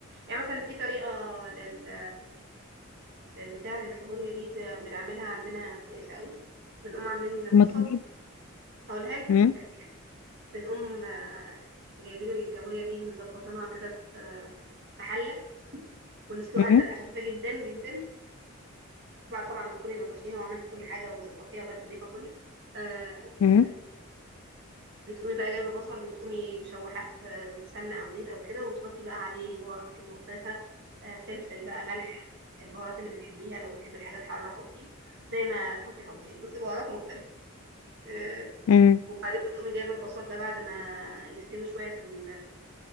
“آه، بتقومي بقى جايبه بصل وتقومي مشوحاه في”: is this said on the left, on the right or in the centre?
Right